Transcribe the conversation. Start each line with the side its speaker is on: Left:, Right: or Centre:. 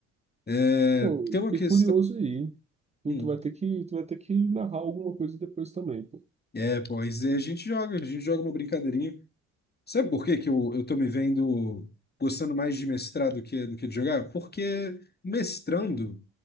Left: É,
Right: Pô,
Left: Tem uma
Right: fiquei
Left: questão.
Right: curioso aí. Tu,
Left: Hum,
Right: tu vai ter que, tu vai ter que narrar alguma coisa depois também, pô.
Left: é, pois é, a gente joga, a gente joga uma brincadeirinha. Sabe por que que eu, eu tô me vendo gostando mais de mestrar do que, do que de jogar? Porque mestrando